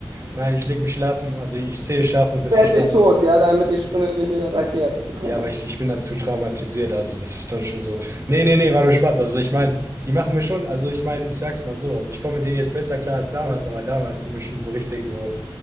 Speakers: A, on the right (about 35°); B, on the right (about 65°).
A: nein, ich leg mich schlafen, also ich zähle Schafe, bis
B: Der
A: ich
B: ist
A: schlafen
B: nicht tot,
A: gehe.
B: ja, damit die Spinne dich nicht attackiert. Okay.
A: Ja, weil ich, ich bin dann zu traumatisiert. Also, das ist dann schon so. Nee, nee, nee, war nur Spaß. Also, ich meine, die machen mir schon, also ich meine, ich sag's mal so, also ich komme mit denen jetzt besser klar als damals, aber damals sind wir schon so richtig so,